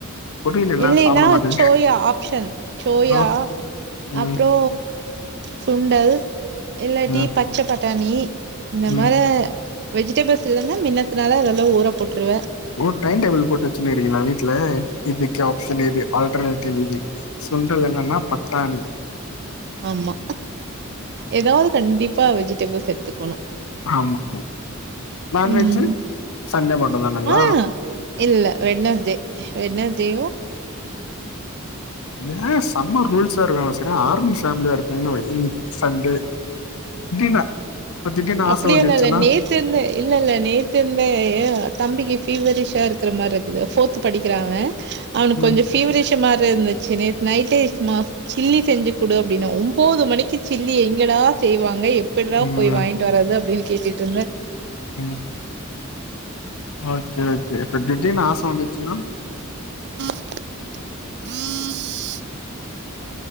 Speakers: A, on the left (about 85°); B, on the right (about 55°).
A: பொரியல் எல்லா
B: இல்லைன்னா
A: சாப்ட மாட்டே
B: சோயா ஆப்ஷன் சோயா
A: ஓ ம்
B: அப்புறோ சுண்டல் இல்லாட்டி
A: ம்
B: பச்சை பட்டாணி இந்த
A: ம்
B: மார வெஜிடபிள்ஸ் இல்லன்னா மின்னத்தனால அதெளவு ஊற போட்டுருவ
A: ஓ டைம் டேபிள் போட்டு வச்சுன்னீங்களா வீட்ல இதுக்கு ஆப்ஷன் இது ஆல்டர்னேட்டிவ் இது சுண்டல் இல்லன்னா பட்டாணி
B: ஆமா ஏதாவது கண்டிப்பா வெஜிடபிள்ஸ் எடுத்துக்
A: ஆமா ஆமா நான்வெஜ்ஜு
B: ம்
A: சண்டே மட்டந்தானங்களா
B: ஆ இல்ல வெண்ணஸ்டே வெண்ணஸ்டேவு
A: ஏ செம்ம ரூல்ஸா இருக்க சரிய ஆர்மி ஃபேமிலியா இருக் இன்னிக்கி சண்டே <unintelligible> ஆச
B: அப்படிய
A: வந்துச்சுன்னா
B: இல்ல நேத்து இருந்து இல்ல இல்ல நேத்து இர்ந் ஏ தம்பிக்கு ஃபீவரிஷா இருக்கிற மாரி இருக்குது போர்த் படிக்கிறா அவ அவனுக்கு
A: ம்
B: கொஞ்ச ஃபீவரிஷா மாரி இருந்துச்சு நேத்து நைட்டே மா சில்லி செஞ்சு கொடு அப்படினா ஒம்போது மணிக் சில்லி எங்கடா செய்வாங்க எப்படிடா
A: ம்
B: போய் வாங்கிட்டு வரது அப்படின்னு கேட்டுட்டு இருந்த
A: ம் ஓகே ஓகே இப்ப திடீனு ஆச வந்துச்சுன்னா
B: ூ